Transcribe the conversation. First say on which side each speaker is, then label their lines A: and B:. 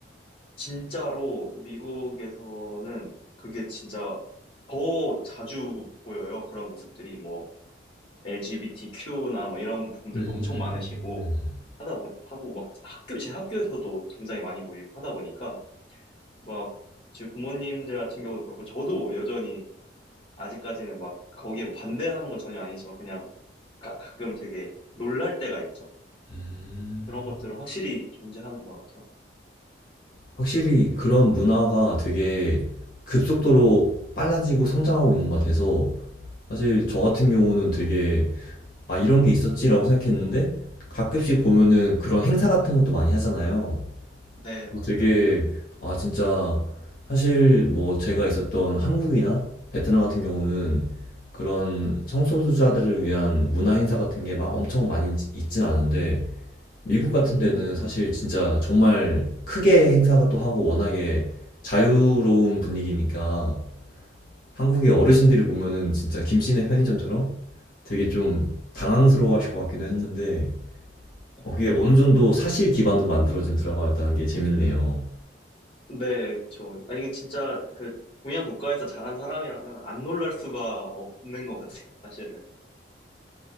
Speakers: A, on the left; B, on the left.
A: 진짜로 미국에서는 그게 진짜 더 자주 보여요. 그런 모습들이 뭐 LGBTQ나 뭐 이런 분들도
B: 음.
A: 엄청 많으시고 하다 보, 하고 막 학교 제 학교에서도 굉장히 많이 보이고 하다 보니까 막 제 부모님들 같은 경우도 그렇고 저도 여전히 아직까지는 막 거기에 뭐 반대하는 건 전혀 아니지만 그냥 가, 가끔 되게 놀랄 때가 있죠.
B: 음.
A: 그런 것들은 확실히 존재하는 것 같아요.
B: 확실히 그런 문화가 되게 급속도로 빨라지고 성장하고 있는 것 같아서 사실 저 같은 경우는 되게 아, 이런 게 있었지라고 생각했는데 가끔씩 보면은 그런 행사 같은 것도 많이 하잖아요.
A: 네,
B: 그래서
A: 맞아요.
B: 되게 아, 진짜 사실 뭐 제가 있었던 한국이나 베트남 같은 경우는 그런 성소수자들을 위한 문화 행사 같은 게 막 엄청 많이 있- 있진 않은데 미국 같은
A: 음,
B: 데는 사실 진짜 정말 크게 행사가 또 하고 워낙에 자유로운 분위기니까 한국의 어르신들이 보면은 진짜 김씨네 편의점처럼 되게 좀 당황스러워 하실 것 같기도 했는데 어,
A: 네.
B: 그게 어느 정도 사실 기반으로 만들어진 드라마였다는 게 재밌네요.
A: 네, 그쵸. 아니, 이게 진짜 그 동양 국가에서 자란 사람이라면 안 놀랄 수가 없는 것 같아요, 사실은.